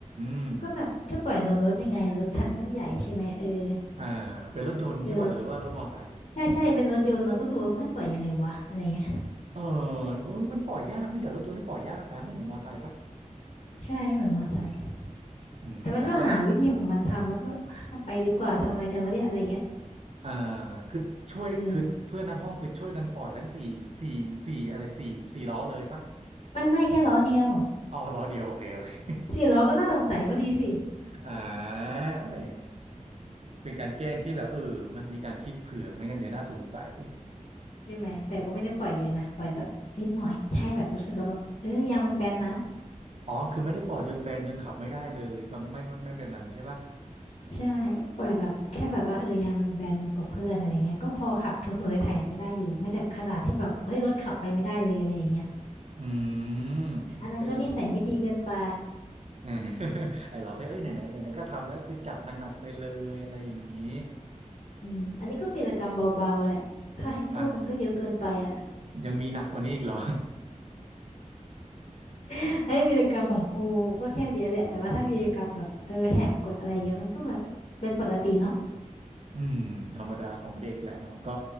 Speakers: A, on the right (about 55°); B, on the left (about 60°).
A: ม
B: ก็แบบจะปล่อยลมรถยังไงรถคันตั้งใหญ่ใช่ไหมเออ
A: อ่าเป็นรถยนต์ใช่ป่ะหรือว่ารถมอไซค์
B: เออเราใช่ใช่เป็นรถยนต์เราก็ดูว่าเพื่อนปล่อยยังไงวะอะไรเงี้ย
A: เออเออมันปล่อยยากไม่ใช่เหรอรถยนต์นี่ปล่อยยากนะไม่เหมือนมอไซค์ป่ะ
B: ใช่ไม่เหมือนมอไซค์
A: อืมแต่ก็
B: แต่มันก็หาวิธีของมันทำแล้วก็แบบไปดีกว่าทำอะไรกันวะเนี่ยอะไรเงี้ย
A: อ่าคือช่วยคือเพื่อนทั้งห้องคือช่วยกันปล่อยทั้งสี่สี่สี่อะไรสี่สี่ล้อเลยปะ
B: เออไม่ไม่แค่ล้อเดียว
A: อ๋อล้อเดียวโอเคโอเค <laughs>
B: สี่ล้อก็น่าสงสัยพอดีสิ
A: อ่าแหมเป็นการแกล้งที่แบบเออมันมีการคิดเผื่อไม่งั้นเดี๋ยวน่าสงสัย
B: ใช่ไหมแต่ก็ไม่ได้ปล่อยเยอะนะปล่อยแบบนิดหน่อยให้แบบรู้สึกว่าแบบเออยางมันแบนนะ
A: อ๋อคือไม่ได้ปล่อยจนแบนจนขับไม่ได้เลยแบบไม่ไม่ไม่แบบนั้นใช่ปะ
B: ใช่ปล่อยแบบแค่แบบว่าเออยางมันแบนกว่าเพื่อนอะไรเงี้ยก็พอขับถูๆไถๆไปได้อยู่ไม่ได้ขนาดที่แบบเฮ้ยรถขับไปไม่ได้เลยอะไรอย่างเงี้ย
A: อืม
B: อันนั้นก็นิสัยไม่ดีเกินไป
A: เนี่ยก็ยัง <laughs> เออ <laughs> ไอเราก็เอ้ยไหนไหนไหนไหนก็ทำแล้วคือจัดหนักๆไปเลยอะไรอย่างนี้
B: อืมอันนี้ก็วีรกรรมเบาๆแหละถ้าให้พูดมันก็เยอะเกินไปอ่ะ
A: อ่ะยังมีหนักกว่านี้อีกเหรอ
B: <laughs> ไม่วีรกรรมของครูก็แค่เดียวแหละแต่ว่าถ้าวีรกรรมแบบเออแหกกฎอะไรเงี้ยมันก็แบบเป็นปกติเนาะ
A: อืมธรรมดาของเด็กแหละเนาะก็